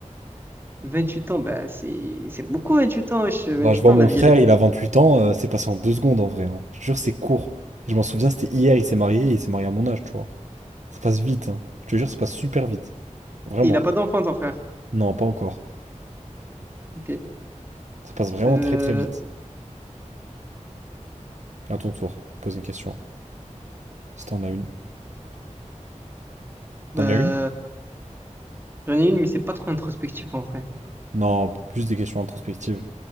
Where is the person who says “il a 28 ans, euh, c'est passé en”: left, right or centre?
Right